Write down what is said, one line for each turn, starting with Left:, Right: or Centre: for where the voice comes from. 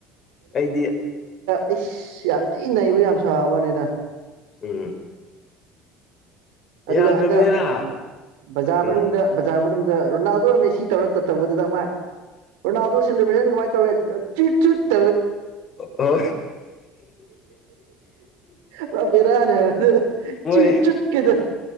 Left: ꯑꯩꯗꯤ
Right: ꯏꯁ ꯌꯥꯝ ꯊꯤ ꯅꯩꯕ ꯌꯥꯝ ꯁꯥꯕ ꯋꯥꯅꯤꯗ
Left: ꯎꯝ
Right: ꯑꯗꯨꯒ
Left: ꯌꯥꯗ꯭ꯔꯕꯅꯤꯅ
Right: ꯍꯟꯗꯛ ꯕꯖꯥꯔ
Left: ꯎꯝ
Right: ꯃꯅꯨꯡꯗ ꯕꯖꯥꯔ ꯃꯅꯨꯡꯗ ꯑꯗ ꯔꯣꯅꯥꯜꯗꯣꯔꯝ ꯁꯤ ꯇꯧꯔ ꯇꯞ ꯊꯧꯕꯗꯨꯗ ꯑꯃ ꯑꯣꯣꯦꯦꯁꯟ ꯀꯃꯥꯏꯅ ꯇꯧꯒꯦ
Left: ꯑ
Right: ꯄꯨꯔꯥ ꯕꯦꯔꯥꯅꯦ ꯍꯥꯏꯕ
Left: ꯃꯣꯏ
Right: ꯆꯨꯠ ꯆꯨꯠ ꯀꯗꯣ